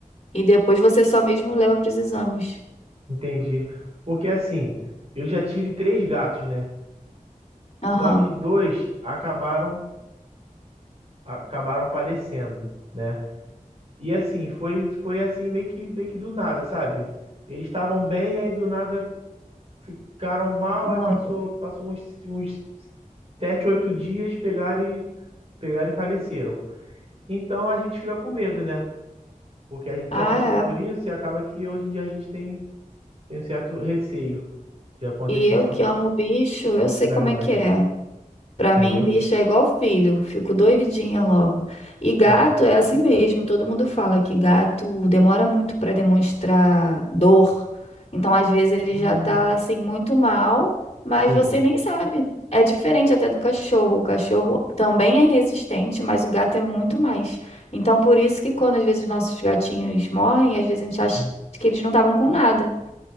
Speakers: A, on the left; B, on the right.
A: e depois você só mesmo leva para os exames.
B: Entendi. Porque assim, eu já tive três gatos, né?
A: Aham,
B: Só que dois acabaram acabaram falecendo, né? E assim, foi foi assim meio que meio que do nada, sabe? Eles estavam bem, aí do nada ficaram mal,
A: morreu.
B: aí passou passou uns, uns sete, oito dias, pegaram e pegaram e faleceram. Então a gente fica com medo, né? Porque a gente
A: Ah,
B: já passou por
A: é.
B: isso e acaba que hoje em dia a gente tem, tem um certo receio de acontecer
A: E eu
B: isso com
A: que amo bicho, eu
B: outros
A: sei
B: animais,
A: como é que é. Pra
B: entendeu?
A: mim, bicho é igual filho, fico doidinha logo. E gato
B: É.
A: é assim mesmo, todo mundo fala que gato demora muito pra demonstrar dor. Então, às vezes, ele
B: Hum,
A: já tá assim muito mal, mas
B: sim.
A: você nem sabe. É diferente até do cachorro. O cachorro também é resistente, mas o gato é muito mais. Então, por isso que quando às vezes nossos gatinhos morrem, às vezes a gente acha
B: Hum.
A: que eles não estavam com nada.